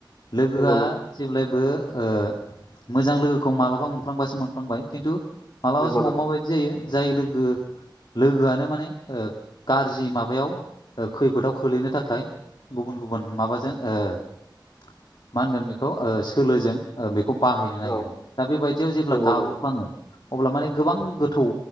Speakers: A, on the left (about 65°); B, on the left (about 35°).
A: लोगोया
B: नंगौ
A: जेब्लायबो ओ मोजां लोगोखौ मालाबा मोनफ्लांबासो मोनफ्लांबाय खिन्थु मालाबा
B: नंगौ
A: समाव
B: नंगौ
A: माबायदि जायो जाय लोगो लोगोयानो माने गाज्रि माबायाव खैफोदाव खोलैनो थाखाय गुबुन गुबुन माबाजों ओ मा होनगोन बेखौ ओ सोलोजों बेखौ बाहायनो नागिरो
B: औ
A: दा बेबायदियाव जेब्ला
B: नंगौ
A: गाब्र'फ्लाङो
B: नंगौ
A: अब्ला माने गोबां गोथौ